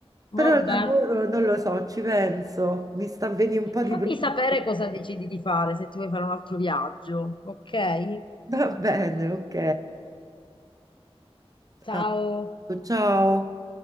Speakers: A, on the left; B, on the right.
A: Vabbè.
B: Però il lavoro non lo so, ci penso. Mi sta avvenendo un po'
A: Fammi
B: di problema.
A: sapere cosa decidi di fare, se ti vuoi fare un altro viaggio, ok?
B: Va bene, ok.
A: Ciao.
B: A- Ciao.